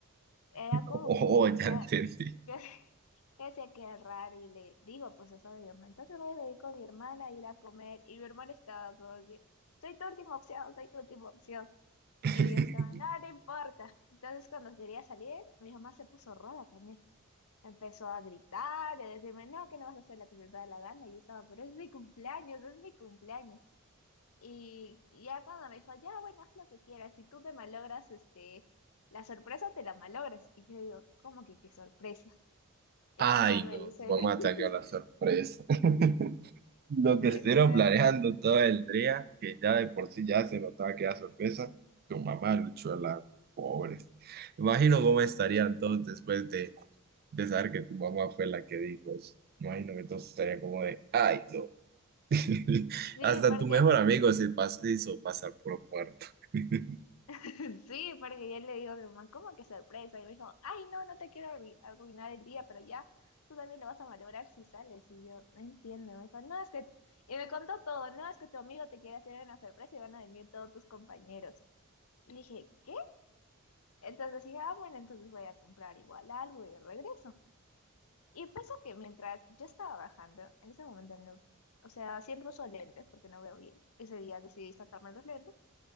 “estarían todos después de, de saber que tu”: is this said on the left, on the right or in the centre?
Right